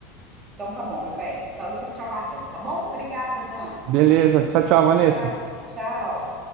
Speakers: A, on the right; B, on the right.
A: Então tá bom, meu bem. Então eu fico te aguardando, tá bom? Obrigada, Dan.
B: Beleza. Tchau, tchau, Vanessa.
A: Abraço, tchau.